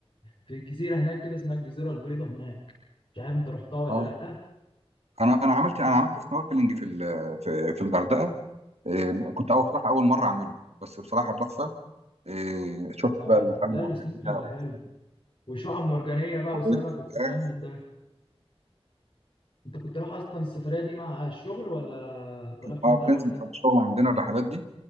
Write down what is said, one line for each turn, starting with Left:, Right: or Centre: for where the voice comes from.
Left: في جزيرة هناك كده اسمها الجزيرة البيضاء هناك مش عارف أنت رحتها ولا
Right: اه
Left: لأ
Right: انا انا عملت انا عملت سنوركلينج في ال... في في الغردقه آه، كنت اول صراحه اول مره اعمله بس بصراحه تحفه آه، شفت
Left: آه
Right: بقى الاماكن
Left: لا
Right: المرجانيه
Left: السنوركلينج
Right: والأسماك
Left: حلو وشعب مرجانية بقى وسمك
Right: والبتاع.
Left: والكلام من ده أنت كنت رايح أصلا السفرية دي مع الشغل ولا طالعها
Right: اه
Left: أنت
Right: بتنزل
Left: لوحدك؟
Right: بتاع الشغل عندنا الرحلات دي